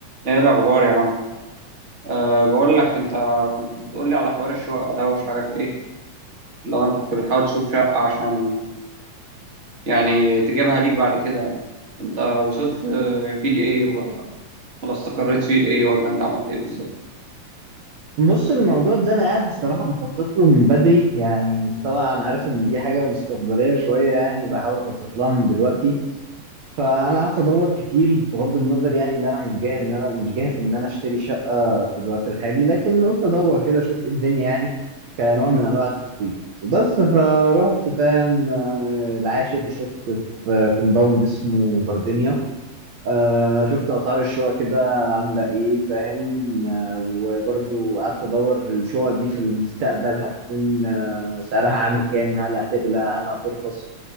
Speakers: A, on the right; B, on the right.
A: ايه الاخبار يا عم أه بقول لك انت كنت بتقول لي على حوار الشقه ده ومش عارف ايه لو انت كنت بتحاول تشوف شقه عشان يعني تجيبها ليك بعد كده يعني انت وصلت آه، فيه لايه ولا ولا استقريت فيه لايه ولا انت عملت ايه بالظبط
B: بص الموضوع ده انا قاعد الصراحه بخطط له من بدري يعني طبعا انا عارف ان دي حاجه مستقبليه شويه يعني بحاول اخطط لها من دلوقتي فانا قعدت ادور كتير بغض النظر يعني ان انا مش جاهز ان انا مش جاهز ان انا اشتري شقه في الوقت الحالي لكن قلت ادور كده اشوف ايه الدنيا يعني كنوع من انواع التخطيط بس فروحت فاهم آه، العاشر شفت في كومباوند اسمه جاردينيا آه شفت اسعار الشقق كده عامله ايه فاهم آه وبرضو قعدت ادور الشقق دي في المستقبل هتكون آه سعرها عامل كام هل هتغلى هل هترخص